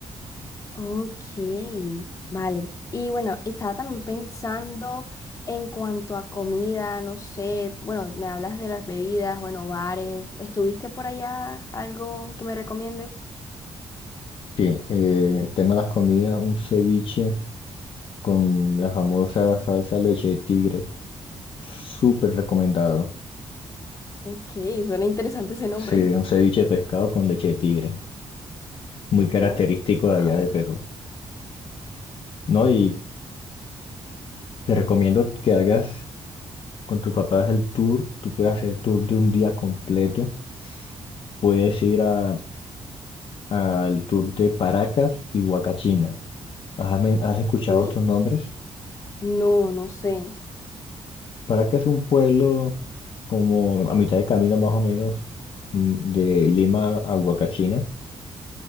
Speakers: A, on the left; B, on the left.
A: Ok, vale. Y bueno, estaba también pensando en cuanto a comida, no sé, bueno, me hablas de las bebidas, bueno, bares. ¿Estuviste por allá algo que me recomiendes?
B: Sí, eh, el tema de las comidas, un ceviche con la famosa salsa leche de tigre. Súper recomendado.
A: Ok, suena interesante ese nombre.
B: Sí, un ceviche de pescado con leche de tigre. Muy característico
A: Oh, wow.
B: de allá de Perú. No, y te recomiendo que hagas con tus papás el tour. Tú puedes hacer tour de un día completo Puedes ir a- al tour de Paracas y Huacachina. ¿Has, men- has escuchado
A: ¿Y?
B: estos nombres?
A: No, no sé.
B: Paracas es un pueblo como a mitad de camino más o menos mm, de Lima a Huacachina.